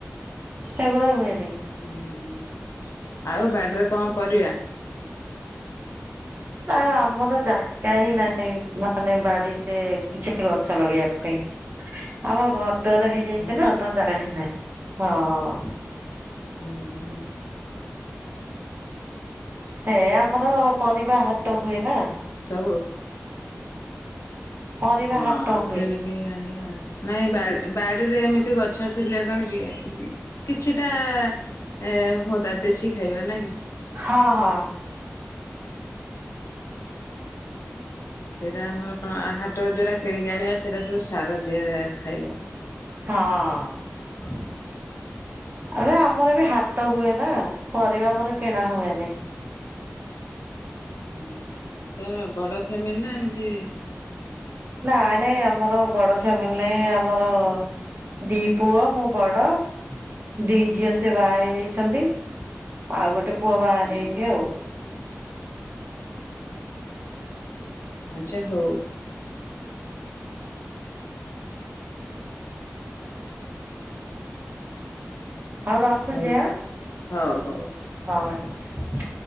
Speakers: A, on the right (about 45°); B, on the left (about 80°).
A: ସେଗୁରା ହୁଏନି।
B: ଓହୋ ଆଉ ବାଡ଼ିରେ କଣ ପରିବା?
A: ନାଇଁ ଆମର ଜାଗା ହିଁ ନାହିଁ ମାନେ ବାଡିରେ କିଛି ଗଛ ଲଗେଇବା ପାଇଁ। ଆମର ଘର ଦ୍ୱାର ହେଇଯାଇଚି
B: ଆଛା
A: ନା ତ ଜାଗା ହେଇନାହିଁ ହଁ।
B: ହୁଁ ହୁଁ।
A: ସେ ଆମର ପରିବା ହାଟ ହୁଏ ନା।
B: ସବୁ
A: ପରିବା
B: ହଁ
A: ହାଟ ହୁଏ।
B: କିଣିକି ଆଣିବା ନାଇଁ ବା-ବାଡିରେ ଏମି ଏ ଗଛ ଥିଲେ କଣ କିଏ ଏ କିଛିଟା ଏ ହୁଅନ୍ତା ଦେଶୀ ଖାଇବା ନା କି?
A: ହଁ ହଁ।
B: ସେଇରା ଆମର କଣ ଆ ହାଟରୁ ଯୋଉରା କିଣିକି ଆଣିବା ସେରା ସବୁ ସାର ଦିଆଯାଏ ଖାଇବା।
A: ହଁ। ଆରେ ଆମର ବି ହାଟ ହୁଏ ନା ପରିବା ଆମର କିଣା ହୁଏନି।
B: ହୁଁ ତମର ବଡ ଫ୍ୟାମିଲି ନା ଏମିତି?
A: ନାଇଁ ନାଇଁ ଆମର ବଡ ଫ୍ୟାମିଲି ନାଇଁ ଆମର ଦିଇ ପୁଅ ମୁଁ ବଡ ଦିଇ ଝିଅ ସିଏ ବାହା ହେଇଯାଇଛନ୍ତି ଆଉ ଗୋଟେ ପୁଅ ବାହା ହେଇନି ଆଉ।
B: ଆଚ୍ଛା ହୋଉ।
A: ହୋଉ ରଖୁଚି
B: ହଉ ହଉ ହଉ
A: ଆଁ?